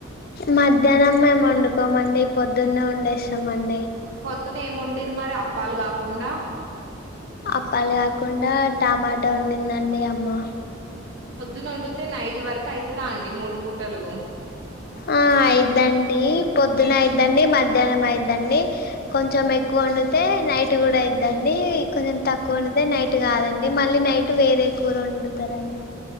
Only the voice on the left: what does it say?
మధ్యాహ్నం మేము వండుకోమండి పొద్దున్నే వండేస్తామండి
అప్పాలు కాకుండా టమాటా ఓడిందండి అమ్మ
ఆ అయిద్దండి పొద్దున అయిద్దండి మధ్యాహ్నం అయిద్దండి కొంచెం ఎక్కువ వండితే నైట్ కూడా అయిద్దండి కొంచెం తక్కువ ఒండితే నైట్ కాదండి మళ్ళీ నైట్ వేరే కూర ఓండు తా తారే అండి